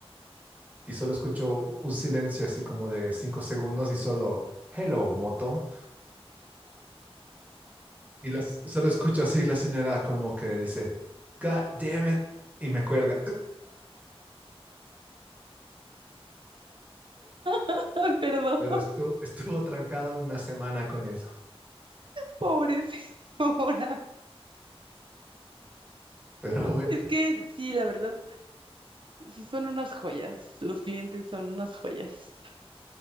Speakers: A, on the right; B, on the right.
A: Y solo escucho un silencio así como de cinco segundos y solo, hello, moto. Y las, solo escucho así la señora como que dice, God damn it. Y me cuelga.
B: <laughs> Ay, perdón.
A: Pero estuvo, estuvo trancada una semana con eso.
B: Pobre señora.
A: Pero bueno,
B: Es que sí, la verdad, sí son unas joyas. Los clientes son unas joyas.